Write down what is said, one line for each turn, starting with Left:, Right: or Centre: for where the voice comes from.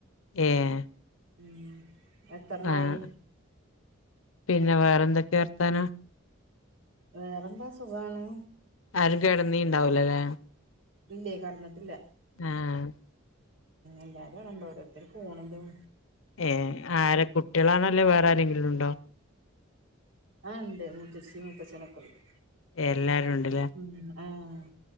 Left: ഏഹ്
Right: ഉം എത്രെണ്ണായി
Left: ആഹ് പിന്നെ വേറെ എന്തൊക്കെ വർത്താനോ
Right: വേറെന്താ സുഖാണ്
Left: ആരും കിടന്നീണ്ടാവൂലല്ലല്ലേ
Right: ഇല്ലേ കടന്നിട്ടില്ല
Left: ആഹ്
Right: എല്ലാരും ആടെണ്ട് ഓരോത്തർ ഫോൺലും
Left: ഏഹ് ആരെ കുട്ടികളാണോ ല്ലേ വേറെ ആരെങ്കിലും ഉണ്ടോ
Right: ആഹ് ഉണ്ട്മൂത്തച്ചിം മൂത്തച്ഛനും ഒക്കെ ണ്ട്
Left: എല്ലാരും ഉണ്ട്
Right: ഉം ആഹ്